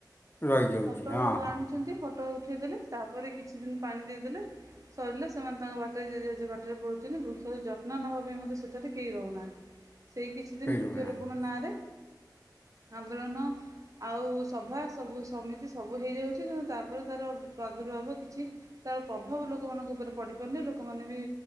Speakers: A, on the left (about 30°); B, on the right (about 50°).
A: ରହିଯାଉଛି
B: ଫଟୋ
A: ହଁ ହଁ
B: ଆଣୁଚନ୍ତି ଫଟୋ ଉଠେଇ ଦେଲେ ତାପରେ କିଛି ଦିନ ପାଣି ଦେଇଦେଲେ ସରିଲେ ସେମାନେ ତାଙ୍କ ବାଟରେେଜେ ବାଟରେ ପଡ଼ୁଛନ୍ତି ବୃକ୍ଷର ଯତ୍ନ ନେବା ପାଇଁ ମଧ୍ୟ ସେଠାରେ କେହି ରହୁନାହାନ୍ତି। ସେଇ କିଛି ଦିନ
A: କେହି
B: ବୃକ୍ଷରୋପଣ
A: ରହୁନାହାନ୍ତି।
B: ନାଁରେ ଆନ୍ଦୋଳନ ଆଉ ସଭା ସବୁ ସମିତି ସବୁ ହେଇଯାଉଚି କିନ୍ତୁ ତାପରେ ତାର ପ୍ରାଦୁର୍ଭାବ କିଛି ତାର ପ୍ରଭାବ ଲୋକମାନଙ୍କ ଉପରେ ପଡିପାରୁନି ଲୋକମାନେ ବି